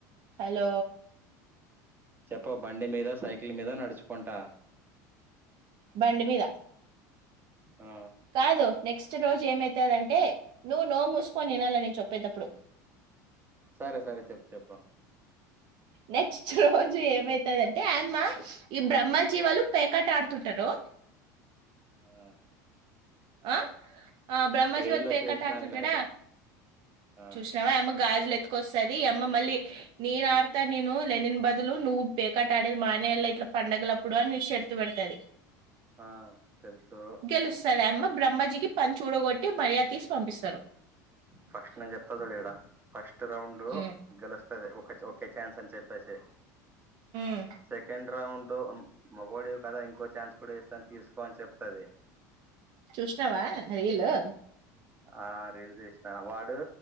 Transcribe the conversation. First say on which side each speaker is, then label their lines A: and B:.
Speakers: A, on the right (about 60°); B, on the right (about 20°).
A: హలో
B: చెప్ప బండి మీద సైకిల్ మీద నడుచుకుంటా
A: బండి మీద
B: ఆ
A: కాదు నెక్స్ట్ రోజు ఏమైతదంటే నువ్వు నోరు మూసుకొని వినాలని చెప్పేటప్పుడు
B: సరే సరే చెప్పు చెప్పు
A: నెక్స్ట్ రోజు ఏమైతందంటే ఆయమ్మా ఈ బ్రహ్మ జీవాలు పేకట ఆడుతుంటారు.
B: ఆ
A: ఆ ఆ బ్రహ్మజీ
B: రీల్లో
A: వాళు పేక
B: చూసినానులే
A: అట్టాడుతుంటాడా
B: అయితే ఆ
A: చూస్ తేవా ఆయమ్మా గాజులు ఎత్తుకొసది ఈ అమ్మ మళ్ళీ నేను ఆడతా నేను లెనిన్ బదులు నువ్వు పేక ఆట ఆడేది మానేలా ఇట్లా పండగలప్పుడు అని నీ శరత్తు పెడతది.
B: ఆ తెలుసు
A: తెలుస్తది. ఆయమ్మా బ్రహ్మజీకి పంచ్ ఊడగొట్టి మర్యా తీసి పంపిస్తారు.
B: ఫస్ట్ నేను జేప్తా చూడు ఇడా ఫస్ట్ రౌండు.
A: మ్
B: గెలుస్తుది ఒక ఒకే ఛాన్స్ అని చెప్పేసి
A: మ్
B: సెకండ్ రౌండ్ మగోడవి కదా ఇంకో ఛాన్స్ కూడా ఇస్తా తీసుకో అని చెప్తది.
A: చూషనవా రీలు
B: ఆ రీల్స్ జేశనా వాడు